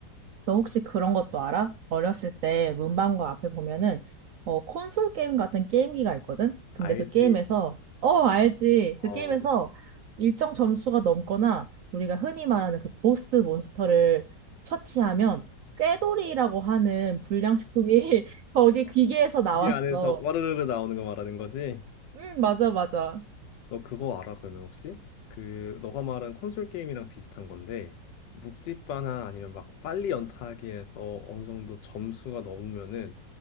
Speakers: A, on the right; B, on the left.
A: 너 혹시 그런 것도 알아? 어렸을 때 문방구 앞에 보면은 어 콘솔 게임 같은 게임기가 있거든? 근데
B: 알지?
A: 그 게임에서 어 알지.
B: 어,
A: 그 게임에서 일정 점수가 넘거나 우리가 흔히 말하는 그 보스 몬스터를 처치하면 꾀돌이라고 하는 불량식품이 <laughs> 거기 기계에서 나왔어.
B: t 안에서 와르르르 나오는 거 말하는 거지?
A: 응, 맞아, 맞아.
B: 너 그거 알아, 그러면 혹시? 그, 너가 말한 콘솔 게임이랑 비슷한 건데, 묵찌빠나 아니면 막 빨리 연타하기 에서 어느 정도 점수가 넘으면은,